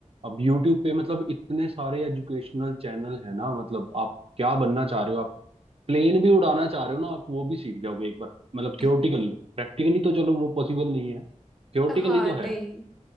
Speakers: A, on the right (about 50°); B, in the centre.
A: अब यूट्यूब पे मतलब इतने सारे एजुकेशनल चैनल है ना मतलब आप क्या बनना चाह रहे हो आप प्लेन भी उड़ाना चाह रहे हो ना आप वो भी सीख जाओगे एक बार मतलब
B: <laughs>
A: थियोटिकली प्रैक्टिकली तो चलो वो पॉसिबल नहीं है थियोटिकली
B: हाँ
A: तो
B: नहीं
A: है